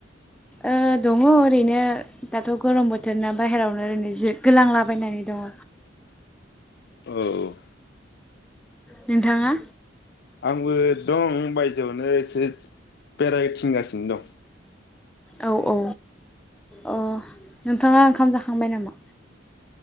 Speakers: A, in the centre; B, on the left.
A: ओ‌ दङ ओरैनो दाथ गरम बोथोरना बाहेरावनो ओरैनो जि गोलांला बायनानै दङ
B: औ औ।
A: नोंथाङा?
B: आंबो दं बायजोआवनो एसे बेरायथिंगासिनो दं।
A: औ औ। अ नोंथाङा ओंखाम जाखांबाय नामा?